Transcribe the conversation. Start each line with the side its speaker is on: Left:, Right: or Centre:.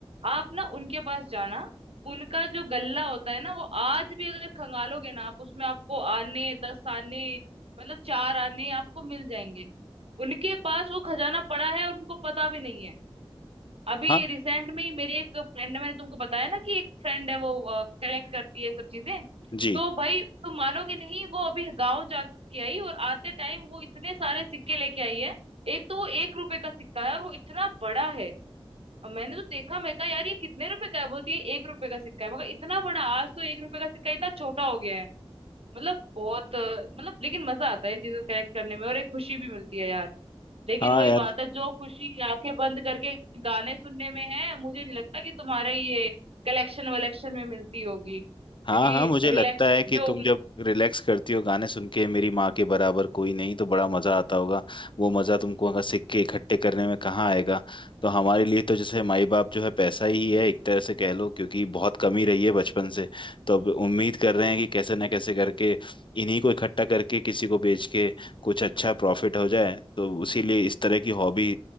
Right: आप ना उनके पास जाना उनका जो गल्ला होता है ना वो आज भी अगर खंगालोगे ना आप उसमें आपको आने दस आने मतलब चार आने आपको मिल जाएंगे उनके पास वो खजाना पड़ा है और उनको पता भी नहीं है अभी
Left: हाँ
Right: रिसेंट में ही मेरी एक फ्रेंड है मैंने तुमको बताया ना कि एक फ्रेंड है वो कलेक्ट करती है ये सब चीजें
Left: जी
Right: तो भाई तुम मानोगे नहीं वो अभी गांव जाके आई और आते टाइम वो इतने सारे सिक्के लेके आई है एक तो वो एक रुपए का सिक्का है और वो इतना बड़ा है और मैंने तो देखा मैं कहा यार ये कितने रुपए का है बोलती है एक रुपए का सिक्का है मगर इतना बड़ा आज तो एक रुपए का सिक्का इतना छोटा हो गया है मतलब बहुत अ, मतलब लेकिन मजा आता है ये चीजें कलेक्ट करने में और एक खुशी भी मिलती है यार लेकिन
Left: हाँ
Right: वही
Left: यार
Right: बात है जो खुशी आंखें बंद करके गाने सुनने में है मुझे नहीं लगता कि तुम्हारे ये कलेक्शन वलेक्शन में मिलती होगी क्योंकि
Left: हाँ हाँ मुझे
Right: रिलैक्स
Left: लगता है कि
Right: जो
Left: तुम जब रिलैक्स करती हो गाने सुन के मेरी माँ के बराबर कोई नहीं तो बड़ा मजा आता होगा वो मजा तुमको अगर सिक्के इकट्ठे करने में कहाँ आएगा तो हमारे लिए तो जैसे माई बाप जो है पैसा ही है एक तरह से कह लो क्योंकि बहुत कमी रही है बचपन से तो अब उम्मीद कर रहे हैं कि कैसे ना कैसे करके इन्हीं को इकट्ठा करके किसी को बेच के कुछ अच्छा प्रॉफिट हो जाए तो उसी लिए इस तरह की हॉबी